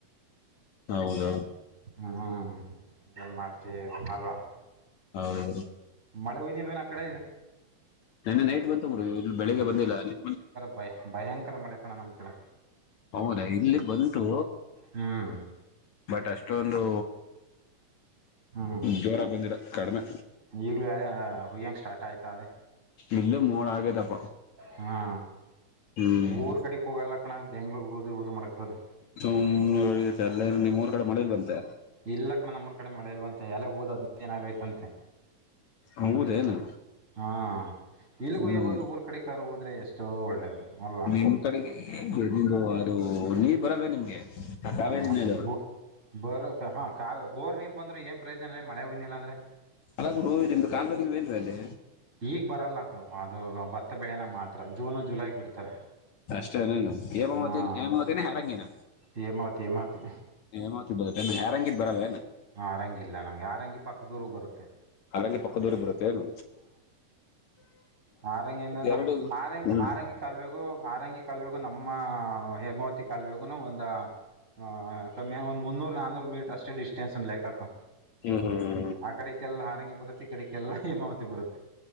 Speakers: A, on the left (about 65°); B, on the right (about 20°).
A: ಹೌದೌ
B: ಹ್ಮ್ ಏನ್ ಮಾಡ್ತೀವಿ ಹಲ್ವಾ
A: ಹೌದೌದು
B: ಮಳೆ ಹನ್ ಇಲ್ವೇನ್ ಆ ಕಡೆ
A: ನನ್ನೆ ನೈಟ್ ಬಂತವರು ಇ ಬೆಳಗ್ ಬಂದಿಲ್ಲ ನಿೆ
B: ಬಾಯ್ ಭಯಂಕರ ಮಳೆ ಕಣ ನಮ್ಮ ಕಡೆ
A: ಹೌದಾ ಇಲ್ಲಿ ಬಂತು
B: ಹ್ಮ್
A: ಬಟ್ ಅಷ್ಟೊಂದು
B: ಹ್ಞೂ
A: ಜೋರಾಗಿ ಬಂದಿರ ಕಡಿಮೆ
B: ಈಗಲೂ ಅದ ಹುಯ್ಯಂಗೆ ಸ್ಟಾರ್ಟ್ ಆಯತ ಅದೇ
A: ಇಲ್ಲ ಮೋಡ ಆಗದಪ್ಪ
B: ಹಾ
A: ಹ್ಮ್
B: ಊರ್ ಕಡೆಗೆ ಹೋಗಲ್ಲ ಕಣ ಬೆಂಗಳೂರು ಹೊದಿ ಓದು ಮಾಡಕ್ತದೆ
A: ಸುಮ್ ಅಲ್ಲ ನಿಮ್ಮ ಊರ್ ಕಡೆ ಮಳೆ ಇಲ್ಲ ಅಂತೆ
B: ಇಲ್ಲ ಕಣ ನಮ್ಮ್ರ ಕಡೆ ಮಳೆ ಇಲ್ವಂತೆ ಎಲ್ಲ ಹೋದ ಅದ್ ಏನಾಗೈತಂತೆ
A: ಹೌದೇನು
B: ಹಾ ಇಲ್ಲಿಗಯ
A: ಹ್ಮ್
B: ಬದಲು ಊರ ಅ ಕಡೆ ಕಾರ್ ಹೋದ್ರೆ ಎಷ್ಟೋ ಒಳ್ಳೇದು ಅಲ್ವಾ
A: ನಮ್ ಕಡೆಗೆ ಅದು ನೀರ್ ಬರಲ್ವ ನಿಮ್ಗೆ ಆ ಕಾವೇರಿ
B: ಹ್ಮ
A: ನೀರು
B: ಈ ಬೋ ಬೋರ್ ಹ ಕ ಬೋರ್ ನೀರ್ ಬಂದ್ರೆ ಏನ್ ಪ್ರಯೋಜನ ಇ ಮಳೆ ಬಂದಿಲ್ಲ ಅಂದ್ರೆ
A: ಅಲ ಗುರು ಇದರದ ಕಾಲುವವಾಗಿಲ್ ವೇನ್ ಅಲ್ಲಿ
B: ಈಗ್ ಬರಲ್ಲ ಅದು ಅದು ಭತ್ತ ಬೆಳೆನ ಮಾತ್ರ ಜೂನ ಜುಲೈ ಬಿಡ್ತಾರೆ.
A: ಅಷ್ಟೇ ನನು ಏನ
B: ಹಾಂ
A: ಓದತೇನಿ ಏನ ಓದತಿನ ಹರಂಗಿನ
B: ಹೇಮಾವತಿ ಹೇಮಾವತಿ
A: ನೀ ಏನ ಓದತಿ ಯಾರಂಗಿದ್ದ ಬರಲ್ಲೇನ
B: ಆರಂಗಿ ಇಲ್ಲ ನಮಗೆ ಆರಂಗಿ ಪಕ್ಕದೂರಗೆ ಬರುತ್ತೆ.
A: ಹಾಗಾಗಿ ಪಕ್ಕದೂರ ಬರುತ್ತೆ ಏನೂ
B: ಆರಂಗಿ ಇಂದನು
A: ಎರಡು
B: ಆರಂಗಿ
A: ಹ್ಮ್
B: ಹಾರಂಗಿ ಕಾಲುವೆಗು ಆರಂಗಿ ಕಾಲುವೆಗು ನಮ್ಮ ಹೇಮಾವತಿ ಕಾಲುವೆಗುನು ಒಂದ ಹಾ ಕಮ್ಮಿಯ ಒಂದ ಮುನ್ನೂರು ನಾನೂರು ಮೀಟರ್ ಅಷ್ಟೇ ಡಿಸ್ಟೆನ್ಸ್ ಲೆಕ್ಕಕ್ಕ
A: ಹ್ಮ್ ಹ್ಮ
B: ಆಕಡೆಕ್ಕೆಲ್ಲ ಹಾರಂಗಿ ಬರುತ್ತೆ ಈ ಕಡೆಕ್ಕೆಲ್ಲಾ ಹೇಮಾವತಿ ಬರುತ್ತೆ.